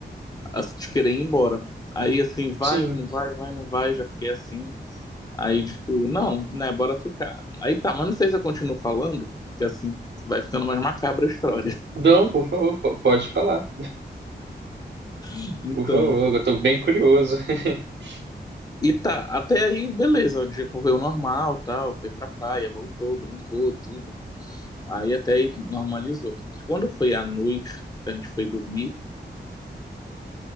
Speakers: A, on the left (about 20°); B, on the right (about 85°).
A: as- de querer ir embora. Aí, assim, vai,
B: Sim.
A: não vai, vai, não vai, já fiquei assim. Aí, tipo, não, né, bora ficar. Aí tá, mas não sei se eu continuo falando, porque assim vai ficando mais macabra a história.
B: Não, por favor, po- pode falar.
A: <laughs> Então,
B: Por favor, eu tô bem curioso. <laughs>
A: e tá, até aí, beleza, o dia correu normal, tal, foi pra praia, voltou, brincou, tudo. Aí até aí normalizou. Quando foi à noite que a gente foi dormir,